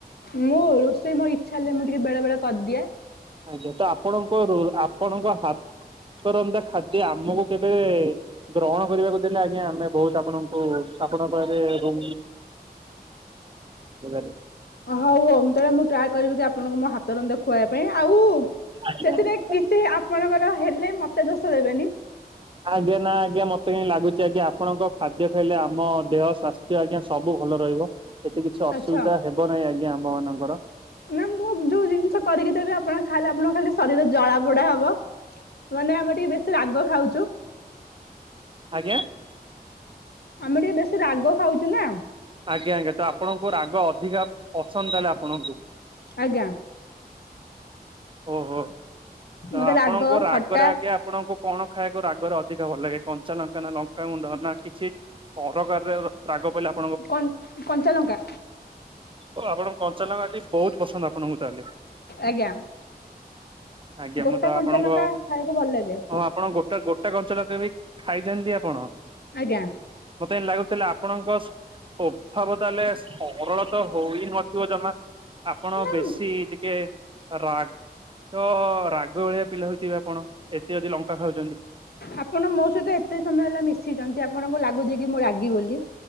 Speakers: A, on the left; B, on the right.
A: ମୁଁ ରୋଷେଇ ମୋ ଇଚ୍ଛା ହେଲେ ମୁଁ ଟିକେ ବେଳେ ବେଳେ କର୍ ଦିଏ।
B: ଆଜ୍ଞା ତ ଆପଣଙ୍କ ରୋ ଆପଣଙ୍କ ହାତ ରନ୍ଧା ଖାଦ୍ୟ ଆମକୁ କେବେ ଗ୍ରହଣ କରିବାକୁ ଦେଲେ ଆଜ୍ଞା ଆମେ ବହୁତ୍ ଆପଣଙ୍କୁ ଆପଣଙ୍କ ପାଖରେ ରୁ <unintelligible>
A: ଅ ହଉ ହଉ ମୁଁ ତାହେଲେ ମୁଁ ଟ୍ରାଏ କରିବି କି ଆପଣଙ୍କୁ ମୋ ହାତ ରନ୍ଧା ଖୁଆଇଆ ପାଇଁ ଆଉ
B: ଆଜ୍ଞା
A: ସେଥିରେ
B: ଆଜ୍ଞା
A: କିଛି ଆପଣଙ୍କର ହେଲେ ମତେ ଦୋଷ ଦେବେନି।
B: ଆଜ୍ଞା ନା ଆଜ୍ଞା ମତେ କାଇଁ ଲାଗୁଚି ଆଜ୍ଞା ଆପଣଙ୍କ ଖାଦ୍ୟ ଖାଇଲେ ଆମ ଦେହ ସ୍ବାସ୍ <unintelligible> ଆଜ୍ଞା ସବୁ ଭଲ ରହିବ ଏତେ କିଛି ଅସୁବିଧା
A: ଆଚ୍ଛା।
B: ହେବ ନାଇଁ ଆଜ୍ଞା ଆମ ମାନଙ୍କର।
A: ନା ମୁଁ ଯୋଉ ଜିନିଷ କରିକି ଦେବି ଆପଣ ଖାଇଲେ ଆପଣଙ୍କ ଖାଲି ଶରୀର ଜଳା ପୋଡା ହବ। ମାନେ ଆମେ ଟିକେ ବେଶୀ ରାଗ ଖାଉଚୁ।
B: ଆଜ୍ଞା।
A: ଆମେ ଟିକେ ବେଶୀ ରାଗ ଖାଉଚୁ ନା।
B: ଆଜ୍ଞା, ଆଜ୍ଞା ତ ଆପଣଙ୍କୁ ରାଗ ଅଧିକା ପସନ୍ଦ, ତାହେଲେ ଆପଣଙ୍କୁ।
A: ଆଜ୍ଞା।
B: ଓହୋ ତ,
A: ମତେ
B: ଆପଣଙ୍କ
A: ରାଗ
B: ରାଗରେ
A: ଖଟା
B: ଆଜ୍ଞା ଆପଣଙ୍କୁ କଣ ଖାଇବାକୁ ରାଗରେ ଅଧିକ ଭଲ ଲାଗେ, କଞ୍ଚା ଲଙ୍କା, ନା ଲଙ୍କାାଗୁଣ୍ଡ, ନା କିଛି? ଅରକାରରେ ରାଗ ପ <unintelligible>
A: କଣ କଞ୍ଚାଲଙ୍କା।
B: ଓ, ଆପଣଙ୍କ କଞ୍ଚାଲଙ୍କା ଟି ବହୁତ ପସନ୍ଦ ଆପଣଙ୍କୁ, ତାହେଲେ!
A: ଆଜ୍ଞା,
B: ଆଜ୍ଞା
A: ଗୋଟା
B: ମୁଁ ତ
A: କଞ୍ଚାଲଙ୍କା
B: ଆପଣଙ୍କ
A: ଖାଇବାକୁ ଭଲ ଲାଗେ।
B: ହଁ ଆପଣ ଗୋଟା କଞ୍ଚାଲଙ୍କା ଲୋକେ ବି ଖାଇଛନ୍ତି ଆପଣ।
A: ଆଜ୍ଞା।
B: ମତେ ଲାଗୁଥିଲା ଆପଣଙ୍କ ଅଭାବ ତାହେଲେ ସରଳ ତ ହଇ ନଥିବ ଜମା। ଆପଣ
A: ନା
B: ବେଶୀ ଟିକେ ରାଗ ତ ରାଗ ଭଳିଆ ପିଲା ହେଉଥବା ଆପଣ, ଏତେ ଯଦି ଲଙ୍କା ଖାଉଛନ୍ତି!
A: ଆପଣ ମୋ ସହିତ ଏତେ ସମୟ ହେଲା ମିଶିଛନ୍ତି, ଆପଣଙ୍କୁ ଲାଗୁଛି -କି ମୁଁ ରାଗି ବୋଲି?